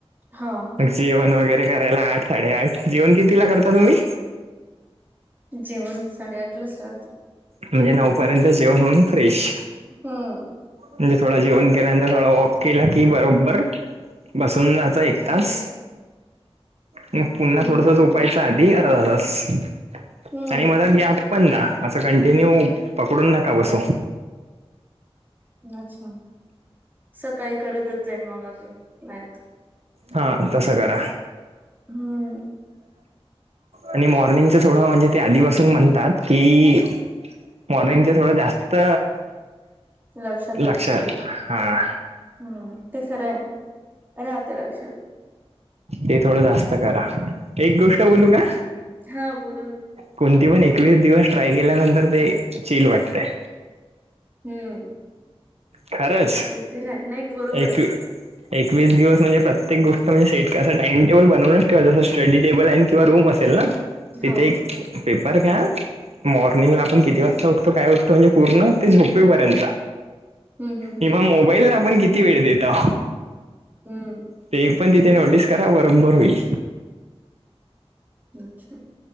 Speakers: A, on the right; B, on the right.
A: हो.
B: जेवण वगैरे करायला आठ साडेआठ, जेवण किती ला करता तुम्ही?
A: जेवण साडेआठलाच राहतं.
B: म्हणजे नऊपर्यंत जेवण होऊन फ्रेश.
A: हम
B: म्हणजे थोडा जेवण केरांतर थोडा वॉक केला की बरोबर- बसून जायचं एक
A: स्टडी
B: तास. मग पुन्हा
A: तेच
B: थोडस उपायच
A: तर
B: आधी अरच
A: हम्म.
B: आणि मला या- पण ना असं कंटिन्यू पकडून नका बसू.
A: अच्छा सकाळी करतच जाईल मग अजून मत-
B: हा तसं करा.
A: हम्म
B: आणि मॉर्निंगच थोडं म्हणजे ते आधीपसून म्हणतात. कि मॉर्निंगचे थोडं जास्त
A: लक्षात
B: लक्षल,
A: राहत ना
B: हा.
A: हम्म! ते खरं आहे, राहते लक्षात.
B: ते थोडं जास्त करा. एक गोष्ट
A: हम्म
B: बोलू का?
A: हा बोला ना.
B: कोणती पण एकवीस दिवस ट्राय केल्यानंतर ते चील वाटते.
A: हम्म
B: खरंच
A: ते तर आहे नाही बरोबर
B: एक
A: आहे
B: एकवीस दिवस म्हणजे प्रत्येक गोष्ट म्हणजेट क असं टाम टेल बनवूनच ठेवा जं स्टटडी टेबल आहे किंवा रूम असेल ना. तिथे
A: हो.
B: एक पेपर घ्या. मॉर्निंगला आपण किती वाजता उठतो काय उठतो म्हणजे पूर्ण ते झोपेपर्यंत.
A: हम्म हम्म हम्म
B: ह म मोबाईलला आपण किती वेळ देतो?
A: हम्म.
B: ते पण तिथे नोटीस करा बरोबर होईल.
A: अच्छा